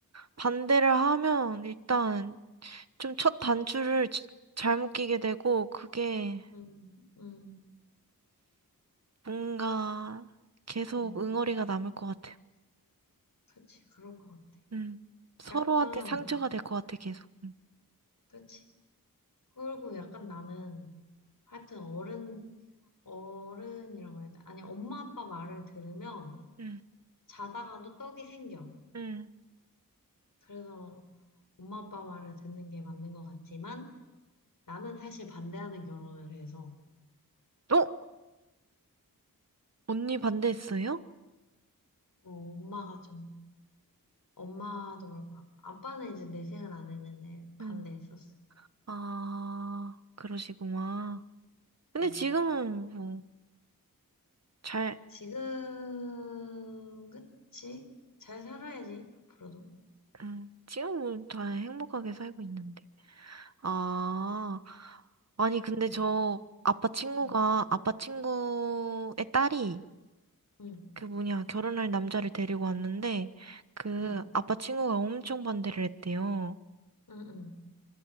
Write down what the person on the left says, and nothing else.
음, 음,
음,
그치. 그럴 것 같아.
약간,
그치. 그리고 약간 나는, 하여튼 어른, 어른이라고 해야 돼. 아니, 엄마 아빠 말을 들으면
자다가도 떡이 생겨.
그래서 엄마 아빠 말을 듣는 게 맞는 것 같지만, 나는 사실 반대하는 결혼을 해서,
어, 엄마가 좀 엄마도 그렇고, 아빠는 이제 내생을 안 했는데 반대했었어.
응.
지금, 그치? 잘 살아야지, 앞으로도.
응, 응,
응,
응,
응,
응,